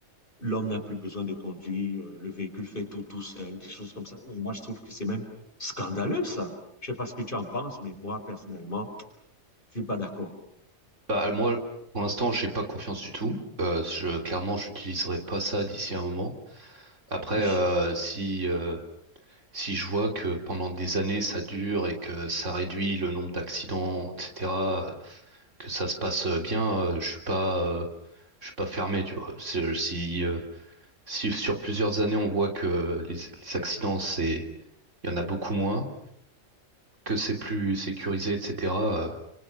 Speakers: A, on the left (about 40°); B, on the right (about 65°).
A: l'homme n'a plus besoin de conduire, euh, le véhicule fait tout tout seul, des choses comme ça. Mais moi, je trouve que c'est même scandaleux, ça. Je ne sais pas ce que tu en penses, mais moi, personnellement, je ne suis pas d'accord.
B: Bah, moi, pour l'instant, j'ai pas confiance du tout. Euh, je, clairement, j'utiliserai pas ça d'ici un moment. Après,
A: <laughs>
B: euh, si, euh, si je vois que pendant des années ça dure et que ça réduit le nombre d'accidents, etc., que ça se passe euh, bien, euh, je suis pas, euh, je suis pas fermé, tu vois. C'est- euh, Si, euh, si sur plusieurs années on voit que les, les accidents, c'est, il y en a beaucoup moins, que c'est plus sécurisé, etc. euh,